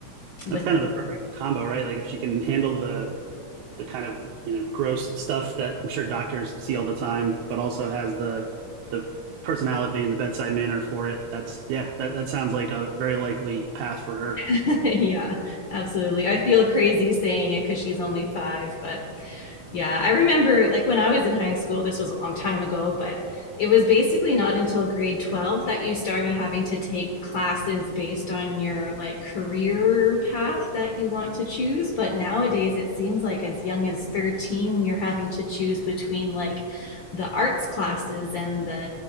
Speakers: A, on the left (about 75°); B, on the right (about 70°).
A: with
B: that's kind of the perfect combo, right? Like if she can handle the the kind of you know gross stuff that I'm sure doctors see all the time, but also has the the personality and the bedside manner for it. That's yeah, that, that sounds like a very likely path for her.
A: <laughs> yeah absolutely i feel crazy saying it because she's only five but Yeah, I remember like when I was in high school, this was a long time ago, but it was basically not until grade 12 that you started having to take classes based on your like career path that you want to choose. But nowadays, it seems like as young as 13, you're having to choose between like the arts classes and the